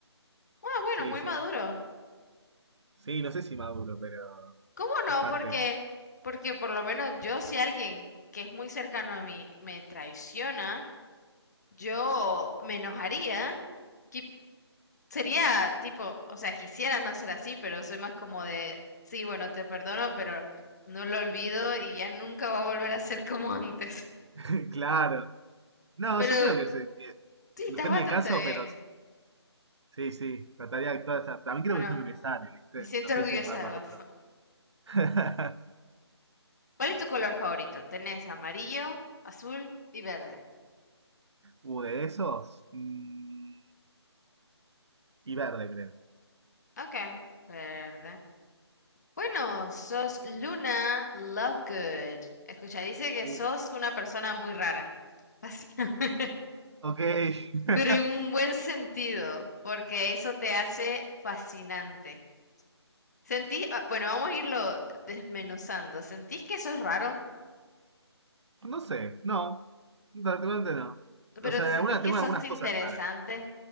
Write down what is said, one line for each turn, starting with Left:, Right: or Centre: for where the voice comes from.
Left: Ah, bueno,
Right: sí,
Left: muy
Right: sí,
Left: maduro.
Right: sí, no sé si maduro, pero
Left: ¿Cómo no?
Right: es parte,
Left: Porque, porque por lo menos yo si alguien que es muy cercano a mí me traiciona, Yo me enojaría. qui- Sería tipo, o sea, quisiera no ser así, pero soy más como de, sí, bueno, te perdono, pero no lo olvido y ya nunca va a volver a ser como antes.
Right: <laughs> claro.
Left: <laughs>
Right: No,
Left: Pero
Right: yo creo que, se- que
Left: sí,
Right: depende
Left: estás bastante
Right: del caso,
Left: bien.
Right: pero Sí, sí, trataría de actuar. o también creo
Left: Bueno,
Right: que es lo que me sale, ¿viste?
Left: me siento
Right: No sé
Left: orgullosa
Right: si es más maduro.
Left: de vos.
Right: <laughs>
Left: ¿Cuál es tu color favorito? Tenés amarillo, azul y verde.
Right: Uh, de esos. mm, y verde, creo.
Left: Ok, verde. Bueno, sos Luna Lovegood. Escucha, dice que
Right: Uh,
Left: sos una persona muy rara, <laughs> básicamente.
Right: ok. <laughs>
Left: Pero en un buen sentido, porque eso te hace fascinante. Sentí, ah, bueno, vamos a irlo desmenuzando. ¿Sentís que sos raro?
Right: No sé, no. Realmente no.
Left: ¿Pero
Right: O sea,
Left: te
Right: de alguna,
Left: sentís
Right: tengo
Left: que
Right: algunas
Left: sos
Right: cosas
Left: interesante?
Right: raras.